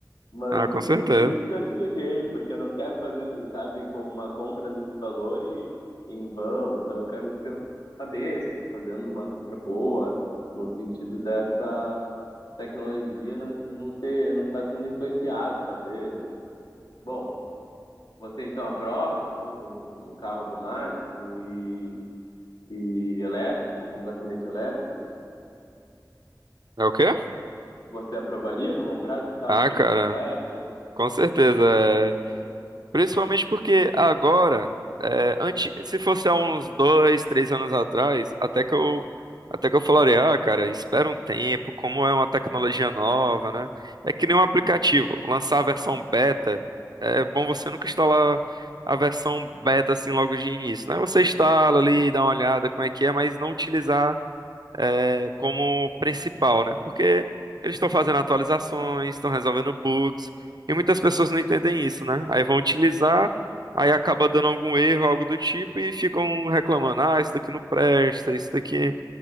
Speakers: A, on the left; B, on the right.
A: Mas
B: ah, com
A: isso,
B: certeza.
A: por isso que eu te liguei, porque eu não quero fazer, sabe, com uma compra desse valor e em vão. Então eu quero pens- saber se eu estou fazendo uma compra boa, no sentido dessa tecnologia não, não ser, não estar sendo influenciado, talvez. Bom, você então aprova que eu compre um, um carro automático e, e elétrico, completamente elétrico?
B: É o quê?
A: Você aprovaria que eu comprasse o carro
B: Ah,
A: 100%
B: cara,
A: elétrico?
B: com certeza. é Principalmente porque agora, é, antes, se fosse há uns dois, três anos atrás, até que eu, até que eu falaria, ah, cara, espera um tempo, como é uma tecnologia nova, né? É que nem um aplicativo, lançar a versão beta, é bom você nunca instalar a versão beta assim logo de início, né? Você instala ali, dá uma olhada como é que é, mas não utilizar é, como principal, né? Porque eles estão fazendo atualizações, estão resolvendo bugs, e muitas pessoas não entendem isso, né? Aí vão utilizar, aí acaba dando algum erro, algo do tipo, e ficam reclamando, ah, isso daqui não presta, isso daqui.